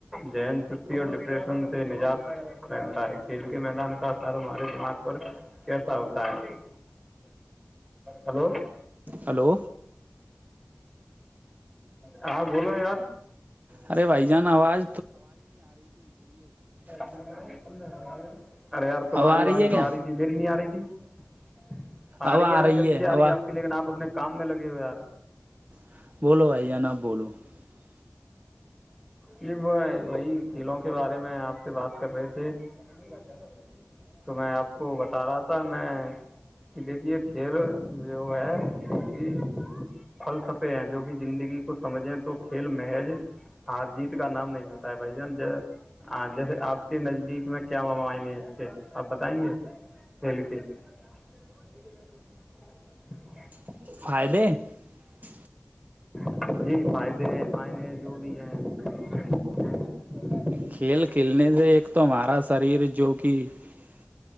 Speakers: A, in the centre; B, on the right.
A: ذہن چستی اور ڈپریشن سے نجات پہنتا ہے کھیل کے میدان کا اثر ہمارے دماغ پر کیسا ہوتا ہے ہلو
B: ہلو
A: ہاں بولو یار
B: ارے بھائی جان آواز
A: <inaudible>
B: <inaudible>
A: <inaudible>
B: اب آ رہی ہے کیا
A: <inaudible>
B: اب آ رہی ہے اب
A: <inaudible>
B: <inaudible>
A: <inaudible> <inaudible> <inaudible>
B: <inaudible>
A: <inaudible>
B: کھیل کھیلنے سے ایک تو ہمارا شریر <inaudible>